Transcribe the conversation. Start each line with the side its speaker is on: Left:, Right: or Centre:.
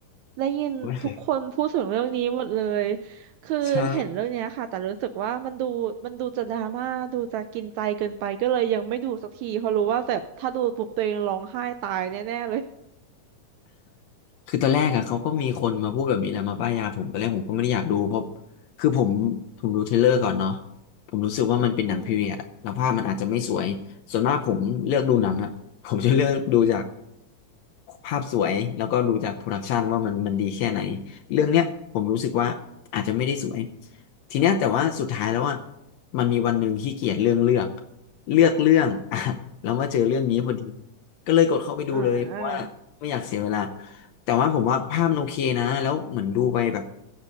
Right: ได้ยินทุกคนพูดถึงเรื่องนี้หมดเลย
Left: ไม่เคย
Right: คือเห็นเรื่องเนี้ยค่ะ
Left: ใช่
Right: แต่รู้สึกว่ามันดูมันดูจะดราม่าดูจะกินใจเกินไปก็เลยยังไม่ดูสักทีเพราะรู้ว่าแบบถ้าดูปุ๊บตัวเองร้องไห้ตายแน่ๆเลย
Left: คือตอนแรกอะเขาก็มีคนมาพูดแบบนี้แหละมาป้ายยาผมตอนแรกผมก็ไม่ได้อยากดูเพราะคือผมผมดูเทรลเลอร์ก่อนเนาะผมรู้สึกว่ามันเป็นหนังพีเรียดแล้วภาพมันอาจจะไม่สวยส่วนมากผมเลือกดูหนังอะ
Right: อืม
Left: <laughs> ผมจะเลือกดูจากภาพสวยแล้วก็ดูจากโปรดักชันว่ามันมันดีแค่ไหนเรื่องเนี้ยผมรู้สึกว่าอาจจะไม่ได้สวยทีเนี้ยแต่ว่าสุดท้ายแล้วอะมันมีวันหนึ่งขี้เกียจเรื่องเลือกเลือกเรื่อง <laughs> อ่ะแล้วมาเจอเรื่องนี้พอดี ก็เลยกดเข้าไปดูเลยเพราะว่าไม่อยากเสียเวลา
Right: อ่า
Left: แต่ว่าผมว่าภาพมันโอเคนะแล้วเหมือนดูไปแบบ